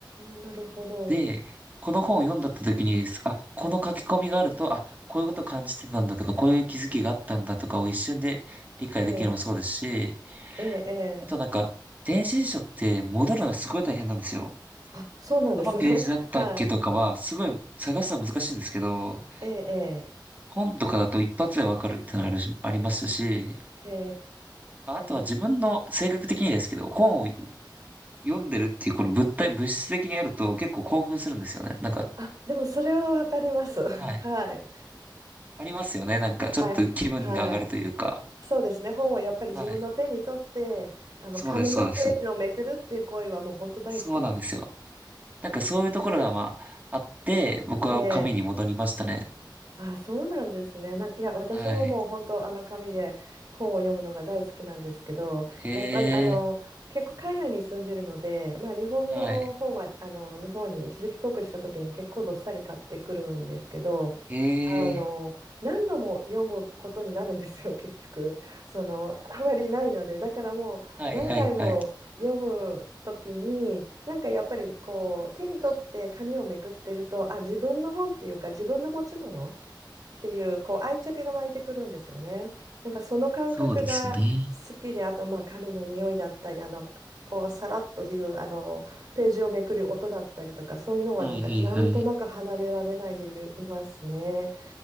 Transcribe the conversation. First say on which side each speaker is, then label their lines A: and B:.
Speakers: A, on the right; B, on the right.
A: なるほど。
B: で、この本を読んだった時に、あ、この書き込みがあると、あ、こういうこと感じてたんだとか、こういう気づきがあったんだとかを一瞬で理解できるのもそうですし、
A: ええ、ええ、ええ。
B: あとなんか、電子辞書って戻るのがすごい大変なんですよ。
A: あ、そうなんですね。
B: どのページだったっけとかは、
A: <laughs> はい。
B: すごい探すの難しいんですけど、
A: ええ、
B: 本とかだと一発でわかるってのあるしありますし、
A: ええ。へ
B: ああとは自分の性格的にですけど、
A: え。
B: 本を読んでるっていうこの物体、物質的にやると結構興奮するんですよね。なんか、
A: あ、でもそれはわかります。<laughs>
B: はい。
A: はい。
B: ありますよね。なんか、
A: はい。
B: ちょっと気分が上がるというか。
A: はい。そうですね。本はやっぱり自分の手に取って、
B: はい。
A: あの、
B: そうです、
A: 紙のページをめくるっていう行為はもう本当大好きです。
B: そうです。そうなんですよ。なんかそういうところがまあ、あって、僕は紙に戻りましたね。
A: ええあ、そうなんですね。なんか、いや、私ももう本当、
B: はい。
A: あの紙で本を読むのが大好きなんですけど、
B: へ
A: やっぱりあの結構海外に住んでるので、
B: え、
A: まあ、日本の本はあの日本に一時帰国した時に結構どっさり買ってくるんですけど、
B: はい。へ
A: あの何度も読むことになるんですよ、
B: え、
A: 結局。そのあまりないので、だからもう何回も読む時になんかやっぱりこう手に取って紙をめくってるとあ自分の本っていうか自分の持ち物
B: はい、はい、はい。
A: っていう、こう愛着が湧いてくるんですよね。なんかその感覚が
B: そうですよね。
A: 好きで、あとまあ髪の匂いだったり、あの、こうさらっというあのページをめくる音だったりとかそういうのはなんかなんとなく離れられないでいる、
B: はい、はい、はい。
A: いますね。